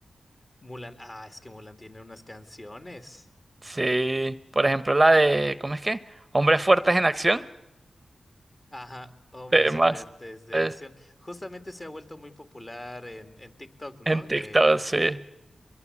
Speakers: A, on the left; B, on the right.
A: Mulan, ah, es que Mulan tiene unas canciones.
B: Sí, por ejemplo, la de, ¿cómo es que? Hombres fuertes en acción.
A: Ajá, hombres
B: Temas
A: fuertes de
B: es
A: acción. Justamente se ha vuelto muy popular en, en TikTok, ¿no?
B: en TikTok,
A: de
B: sí. <laughs>